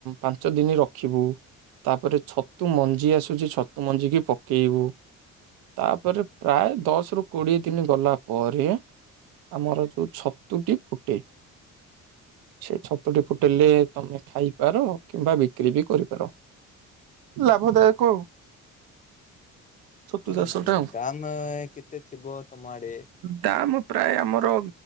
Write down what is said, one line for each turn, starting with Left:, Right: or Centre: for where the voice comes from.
Right: ପାଞ୍ଚ ଦିନ ରଖିବୁ। ତାପରେ ଛତୁ ମଞ୍ଜି ଆସୁଛି, ଛତୁ ମଞ୍ଜିିକି ପକେଇବୁ। ତାପରେ ପ୍ରାୟ ଦଶ ରୁ କୋଡିଏ ଦିନ ଗଲା ପରେ ଆମର ଯୋଉ ଛତୁଟି ଫୁଟେ
Left: <inaudible>
Right: ସେ ଛତୁଟି ଫୁଟେଲେ ତମେ ଖାଇପାର, କିମ୍ବା ବିକ୍ରି ବି କରିପାର। ଲାଭଦାୟକ ଆଉ। ଛତୁ
Left: ଏଥର
Right: ଚାଷଟା ଆଉ
Left: ଦାମ କେତେ ଥିବ ତମ ଆଡେ?
Right: ଦାମ ପ୍ରାୟ ଆମର